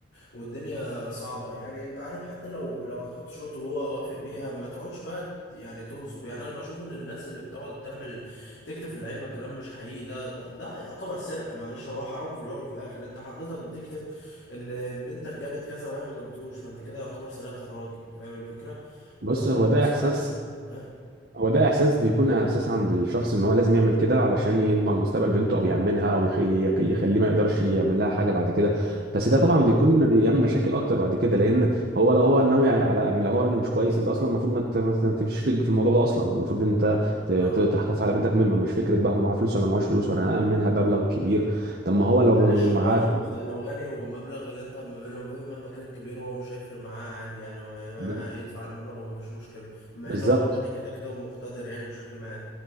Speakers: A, on the left; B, on the right.
A: والدنيا صعبة يعني انت عارف حتى لو لو هتحط شروط وهو وافق بيها ما تقعدش بقى ت- يعني تنصب يعني انا بشوف ان الناس اللي بتقعد تعمل تكتب في القايمة كلام مش حقيقي ده ده, ده يعتبر سرقة معلش هو حرام في الاول وفي الاخر انت حضرتك بتكتب ان بنتك جابت كذا وهي ما جابتهوش فانت كده يعتبر سرقت الراجل فاهم الفكرة وكمان
B: بص هو
A: في
B: ده
A: نفس
B: احساس
A: الوقت اه
B: هو ده احساس بيكون احساس عند الشخص ان هو لازم يعمل كده علشان يضمن مستقبل بنته او يامنها او يخ- يخ- يخليه ما يقدرش يعمل لها حاجه بعد كده بس ده
A: اه
B: طبعا بيكون بيعمل مشاكل اكتر بعد كده لان هو لو هو ناوي على لو هو راجل مش كويس انت اصلا المفروض ما ت- ما ت- ما تمشيش في في الموضوع ده اصلا المفروض انت ت- ت-
A: اه
B: تحافظ على بنتك منه مش فكره بقى هو معاه فلوس ولا معهوش فلوس وانا هامنها بمبلغ كبير طب ما هو لو
A: معلش هو
B: معاه
A: لو مخ- لو غني والمبلغ اللي انت عامله به مهما كان كبير هو مش هيفرق معاه عادي يعني هو هيبقى-
B: ب-
A: هيدفع المبلغ ومفيش مشكلة بما
B: بالظبط
A: ان هو غني كده كده ومقتدر يعني بشكل ما